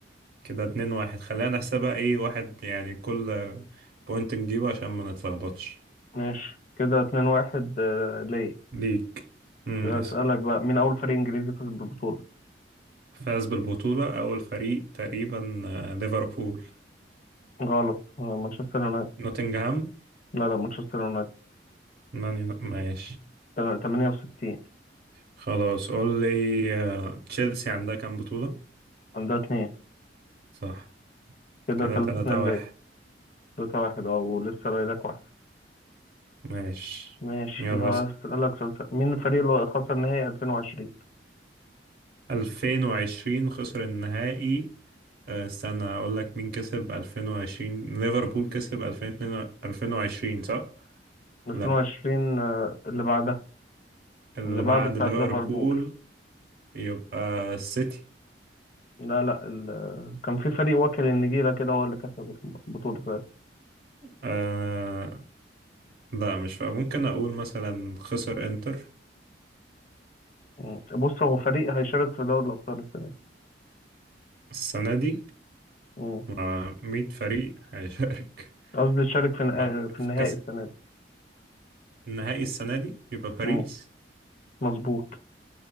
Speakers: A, on the right; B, on the left.
A: كده اتنين واحد خلينا نحسبها ايه واحد يعني كل بوينت نجيبه عشان ما نتلخبطش
B: ماشي كده اتنين واحد آه، ليا
A: ليك امم
B: اسألك
A: اسأل
B: بقى مين أول فريق إنجليزي فاز بالبطولة؟
A: فاز بالبطولة أول فريق تقريبا آه، ليفربول
B: غلط آه، مانشستر يونايتد
A: نوتنغهام
B: لا لا مانشستر يونايتد
A: مان يو- ماشي
B: تم- 68
A: خلاص قول لي آه، تشيلسي عندها كام بطولة
B: عندها اتنين
A: صح
B: كده
A: كده
B: تلاتة
A: تلاتة
B: اتنين
A: واحد
B: ليا ثلاثة واحد اه ولسه باقي لك واحدة
A: ماشي
B: ماشي
A: يلا
B: هسألك
A: اسأل
B: سؤال سهل. مين الفريق اللي خسر نهائي 2020
A: 2020 خسر النهائي آه، استنى اقول لك مين كسب 2020 ليفربول كسب 2022 صح
B: 2020
A: لا
B: آه، اللي بعدها
A: اللي
B: اللي بعد
A: بعد
B: بتاعة
A: ليفربول
B: ليفربول
A: يبقى السيتي
B: لا لا ال- كان في فريق واكل النجيلة كده هو اللي كسب البطولة ساعتها
A: آه لا مش فاهم ممكن اقول مثلا خسر انتر
B: مم. بص هو فريق هيشارك في دوري الأبطال السنة دي
A: السنة دي
B: مم.
A: مع 100 فريق هيشارك
B: قصدي يشارك في نها-
A: <laughs>
B: في
A: في
B: النهائي
A: كأس
B: السنة دي
A: النهائي السنة دي يبقى باريس
B: مم. مظبوط